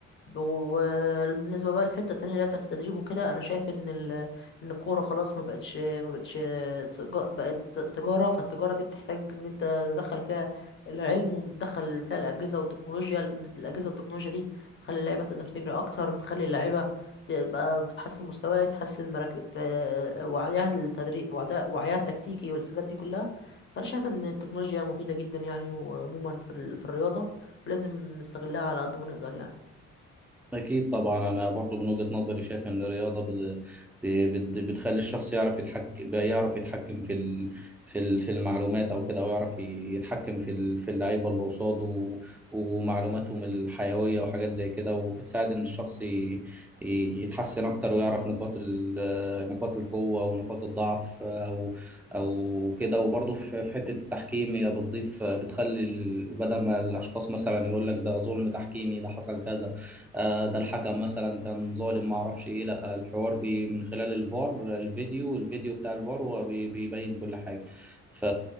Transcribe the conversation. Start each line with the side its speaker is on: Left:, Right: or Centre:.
Left: وبالنسبه بقى للحته التانية اللي هي بتاعت التدريب وكده انا شايف ان ال... ان الكوره خلاص ما بقتش ما بقتش تج- بقت تجاره فالتجاره دي بتحتاج ان انت تدخل فيها العلم وتدخل فيها الاجهزه والتكنولوجيا لان الاجهزه والتكنولوجيا دي بتخلي اللعيبه تقدر تجري اكتر بتخلي اللعيبه تبقى بتحسن مستواها تحسن مراكز وعيها التدريب وعدا- وعيها التكتيكي والحاجات دي كلها فانا شايف ان التكنولوجيا مفيده جدا يعني وعموما في ال... في الرياضه ولازم نستغلها على قد ما نقدر يعني
Centre: أكيد طبعا أنا برضو من وجهة نظري شايف إن الرياضة بت... بت... بتخلي الشخص يعرف يتحكم يعرف يتحكم في ال... في ال... في المعلومات أو كده أو يعرف يتحكم في ال... في اللعيبة اللي قصاده و... ومعلوماتهم الحيوية وحاجات زي كده وبتساعد إن الشخص ي... ي- يتحسن أكتر ويعرف نقاط ال... نقاط القوة ونقاط الضعف أو أو كده وبرضو في... في حتة التحكيم هي بتضيف بتخلي ال- بدل ما الأشخاص مثلا يقول لك ده ظلم تحكيمي ده حصل كذا آه، ده الحكم مثلا كان ظالم ما اعرفش ايه لا الحوار بي من خلال الفار الفيديو الفيديو بتاع الفار هو بي- بيبين كل حاجة ف...